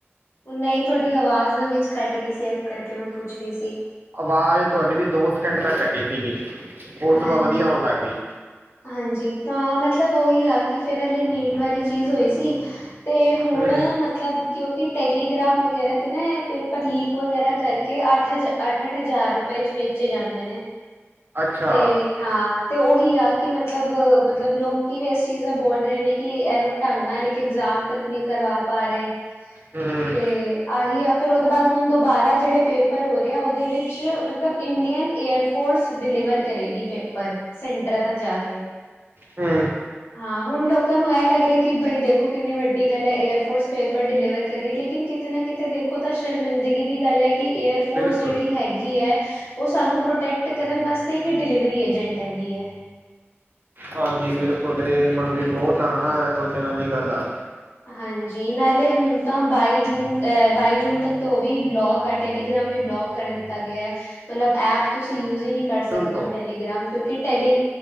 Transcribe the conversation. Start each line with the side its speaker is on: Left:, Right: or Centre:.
Left: ਨਈ ਤੁਹਾਡੀ ਆਵਾਜ਼ ਨਾ ਵਿੱਚ ਕੱਟ ਗਈ ਸੀ, ਏਸ ਕਰਕੇ ਮੈਂ ਪੁੱਛ ਰੀ ਸੀ।
Right: ਆਵਾਜ਼ ਤੁਹਾਡੀ ਵੀ ਦੋ ਸਕਿੰਟ ਤੱਕ ਕੱਟੀ ਸੀਗੀ। ਉਸ
Left: ਹਾਂਜੀ।
Right: ਤੋਂ ਬਾਅਦ ਵਧੀਆ ਆਉਣ ਲੱਗ ਗਈ
Left: ਹਾਂਜੀ ਤਾਂ ਮਤਲਬ ਉਹੀ ਆ, ਕਿ ਫੇਰ ਨੀਟ ਵਾਲੀ ਚੀਜ਼ ਹੋਈ ਸੀ। ਤੇ ਹੁਣ
Right: ਹੂੰ
Left: ਮਤਲਬ ਕਿਉਂਕਿ ਟੈਲੀਗ੍ਰਾਮ। ਵਗੈਰਾ ਤੇ ਨਾ ਪੇਪਰ ਲੀਕ ਵਗੈਰਾ ਕਰਕੇ ਅੱਠ ਹਜ਼ਾਰ ਅੱਠ ਅੱਠ ਹਜ਼ਾਰ ਰੁਪਏ ਚ ਵੇਚੇ ਜਾਂਦੇ ਨੇ।
Right: ਅੱਛਾ
Left: ਤੇ। ਹਾਂ ਤੇ ਉਹੀ ਆ ਕਿ ਮਤਲਬ ਮਤਲਬ ਲੋਕੀ ਵੀ ਇਸ ਚੀਜ਼ ਦਾ ਬੋਲ ਰਹੇ ਨੇ ਕਿ ਇਹ ਲੋਕ। ਢੰਗ ਨਾਲ ਇਕ ਇਗਜ਼ਾਮ ਤੱਕ ਨਹੀਂ ਕਰਵਾ ਪਾ ਰਹੇ।
Right: ਹੂ
Left: ਤੇ ਆਹੀ ਆ ਫਿਰ ਉਹਦੇ ਬਾਅਦ ਹੁਣ ਦੁਬਾਰਾ ਜਿਹੜੇ ਪੇਪਰ ਹੋ ਰਹੇ ਆ ਉਹਦੇ ਵਿੱਚ। ਮਤਲਬ ਇੰਡੀਅਨ ਏਅਰ ਫੋਰਸ ਡਿਲੀਵਰ ਕਰੇਗੀ ਪੇਪਰ ਸੈਂਟਰ ਤੇ ਜਾ ਕੇ।
Right: ਹੂ
Left: ਹਾਂ ਹੁਣ ਲੋਕਾਂ ਨੂੰ ਇਹ ਲੱਗ ਰਿਹਾ, ਕਿ ਬਾਈ ਦੇਖੋ ਕਿੰਨੀ ਵੱਡੀ ਗੱਲ ਹੈ, ਏਅਰਫੋਰਸ ਪੇਪਰ ਡਿਲੀਵਰ ਕਰੀਏ ਲੇਕਿਨ ਕਿਤੇ ਨਾ ਕਿਤੇ ਦੇਖੋ। ਉਹ ਤਾਂ ਸ਼ਰਮਿੰਦਗੀ ਦੀ ਗੱਲ ਹੈ ਕਿ। ਏਅਰਫੋਰਸ
Right: ਬਿਲਕੁਲ
Left: ਜਿਹੜੀ ਹੈਗੀ ਹੈ, ਉਹ ਸਾਨੂੰ ਪ੍ਰੋਟੈਕਟ ਕਰਨ ਵਾਸਤੇ। ਅਤੇ ਇੱਕ ਡਿਲੀਵਰੀ ਏਜੰਟ ਹੈਗੀ ਹੈ।
Right: ਹਾਂਜੀ ਬਿਲਕੁਲ ਇਹ ਮਨ ਵੀ‌ ਬਹੁਤ ਹੈ‌, ਸੋਚਣ ਵਾਲੀ ਗੱਲ ਆ।
Left: ਹਾਂਜੀ ਨਾਲੇ ਹੁਣ ਤਾਂ ਬਾਈ ਜੂਨ ਬਾਈ ਜੂਨ ਤੱਕ ਤਾਂ ਉਹ ਵੀ ਬਲੋਕ ਆ ਟੈਲੀਗ੍ਰਾਮ ਵੀ ਬਲੋਕ। ਕਰ ਦਿੱਤਾ ਗਿਆ, ਮਤਲਬ ਐਪ ਤੁਸੀਂ ਯੂਜ ਹੀ ਨਹੀਂ ਕਰ
Right: ਸੁਣ
Left: ਸਕਦੇ
Right: ਤੋਂ
Left: ਹੋ ਟੈਲੀਗ੍ਰਾਮ ਕਿਉਂਕਿ ਟੈਲੀ।